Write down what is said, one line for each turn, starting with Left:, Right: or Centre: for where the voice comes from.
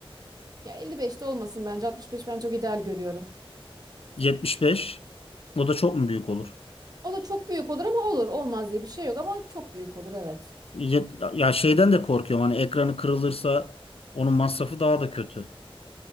Right: Ya 55'te olmasın bence 65 ben çok ideal görüyorum.
Left: 75. O da çok mu büyük olur?
Right: O da çok büyük olur ama olur. Olmaz diye bir şey yok ama çok büyük olur evet.
Left: Yet- Ya şeyden de korkuyorum. Hani ekranı kırılırsa onun masrafı daha da kötü.